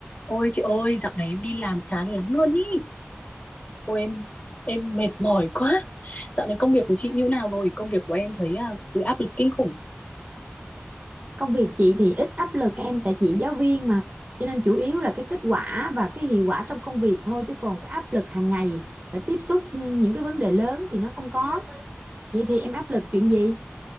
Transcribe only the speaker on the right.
công việc chị thì ít áp lực em tại chị giáo viên mà cho nên chủ yếu là cái kết quả và cái hiệu quả trong công việc thôi chứ còn cái áp lực hàng ngày phải tiếp xúc ừ, những cái vấn đề lớn thì nó không có vậy thì em áp lực chuyện gì